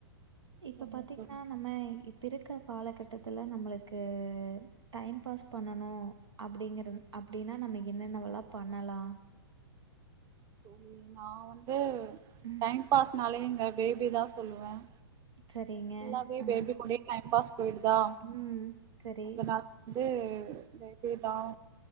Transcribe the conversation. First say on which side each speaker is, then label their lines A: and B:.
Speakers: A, on the right; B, on the right.
A: இப்ப
B: சரிங்க
A: பாத்தீங்கனா
B: தோழி
A: நம்ம இப்ப இருக்க காலகட்டத்துல நம்மளுக்கு டைம் பாஸ் பண்ணணு அப்டிங்கற அப்டினா நம என்னென்ன வெல்லாம் பண்ணலாம்
B: தோழி நான் வந்து
A: ம்
B: டைம் பாஸ்னாலயே எங்க பேபி தான் சொல்லுவேன்
A: சரிங்க
B: எல்லாமே
A: ஆ
B: பேபி கூட டைம் பாஸ் போயிடுதா
A: ம் சரி
B: அதனால வந்து பேபி தான்